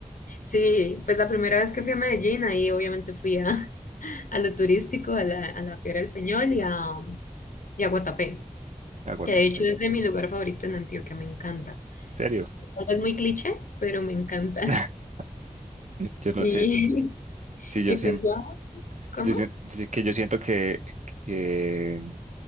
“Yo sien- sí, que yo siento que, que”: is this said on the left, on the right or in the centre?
Right